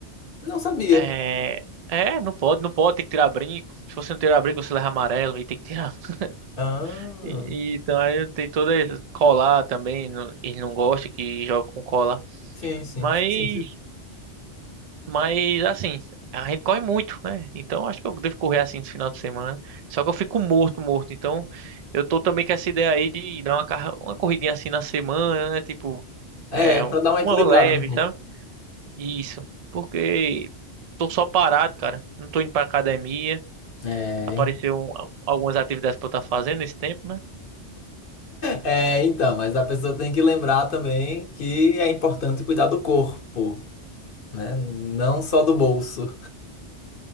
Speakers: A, on the left (about 55°); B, on the right (about 55°).
A: não sabia.
B: é, é, não pode, não pode, tem que tirar brinco. Se você não tirar brinco, você leva amarelo e tem que tirar. <laughs>
A: Ah,
B: E, e, então aí tem toda essa- colar também, não- ele não gosta que joga com colar.
A: sim, sim,
B: Mas
A: faz sentido.
B: Mas assim, a gente corre muito, né? Então acho que eu devo correr assim no final de semana. Só que eu fico morto, morto. Então eu tô também com essa ideia aí de dar uma, carra- uma corridinha assim na semana, né? Tipo,
A: É,
B: é,
A: pra dar uma
B: uma
A: equilibrada
B: leve,
A: no corpo.
B: sabe? Isso. Porque tô só parado, cara. Não tô indo pra academia.
A: É,
B: Apareceu
A: ent-
B: um- algumas atividades pra eu estar fazendo nesse tempo, né?
A: é, então, mas a pessoa tem que lembrar também que é importante cuidar do corpo, né? Não só do bolso,